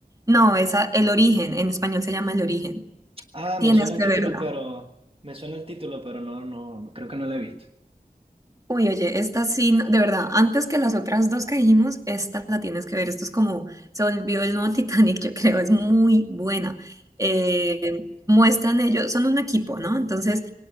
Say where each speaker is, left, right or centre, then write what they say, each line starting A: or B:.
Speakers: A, on the right (about 20°); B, on the right (about 40°).
A: no, esa, El Origen, en español se llama El Origen.
B: Ah,
A: Tienes
B: me suena
A: que
B: el título,
A: verla.
B: pero me suena el título, pero no, no, creo que no lo he visto.
A: Uy, oye, esta sí, no- de verdad, antes que las otras dos que dijimos, esta la tienes que ver. Esto es como, se volvió el nuevo <laughs> Titanic, yo creo, es muy buena. Eh, muestran ellos, son un equipo, ¿no? Entonces,